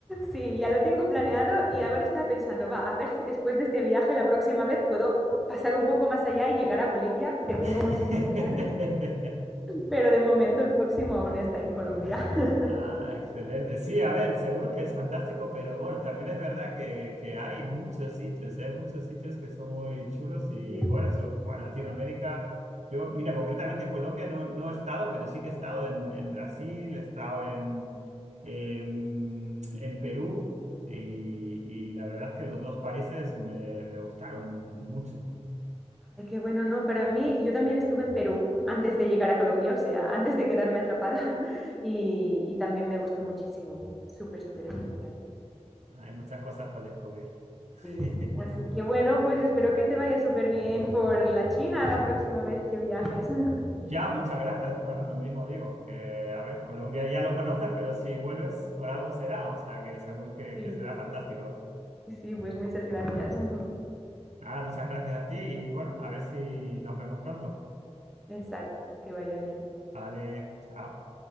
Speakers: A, in the centre; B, on the right.
A: sí, ya lo tengo planeado y ahora estaba pensando, va, a ver si después de este viaje la próxima vez puedo pasar un poco más allá y llegar a Bolivia, que tengo
B: <laughs>
A: muchísimas ganas, pero de momento el próximo aún está en Colombia. <laughs>
B: Ah, excelente. Sí, a ver, seguro que es fantástico, pero bueno, también es verdad que, que hay muchos sitios, ¿eh? Muchos sitios que son muy chulos y
A: Sí.
B: bueno, eso, pues, Latinoamérica, yo, mira, concretamente Colombia no, no he estado, pero sí que he estado en, en Brasil, he estado en, en, en Perú y, y la verdad es que los dos países me, me gustaron mucho.
A: Ay, qué bueno, no, para mí, yo también estuve en Perú antes de llegar a Colombia, o sea, antes de quedarme atrapada, <laughs> y, y también me gustó muchísimo, súper, súper especial.
B: Hay muchas cosas para descubrir.
A: Sí.
B: <laughs>
A: Así que bueno, pues espero que te vaya súper bien por la China la próxima vez que viajes. <laughs>
B: Ya, muchas gracias. Bueno, lo mismo digo, que a ver, Colombia ya lo conoces, pero si vuelves por algo será, o sea que seguro que,
A: Sí,
B: que será fantástico.
A: sí, pues muchas gracias. <laughs>
B: Nada, muchas gracias a ti y bueno, a ver si nos vemos pronto.
A: Exacto, que vaya bien.
B: Vale, chao.